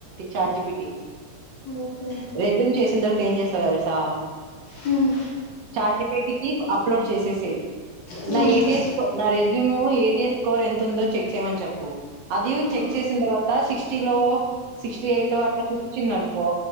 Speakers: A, on the right; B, on the left.
A: చార్జిపిటీ
B: ఓకే
A: రెజూమ్ చేస్ చిందంస్తా <unintelligible> తెలుసా
B: హ్మ్
A: చాటిపట్కి అప్లోడ్ చేసేస
B: హ్మ్
A: నా ఏస్ నా రెజూమ్ ఏఎస్ స్కోర్ ఎంత ఉందో చెక్ చేయమని చెప్పు అది చెక్
B: ఓ
A: చేసిన తర్వాత సిక్స్టీ లో సిక్స్టీ ఎయిట్ అట్లా చూపించింది అనుకో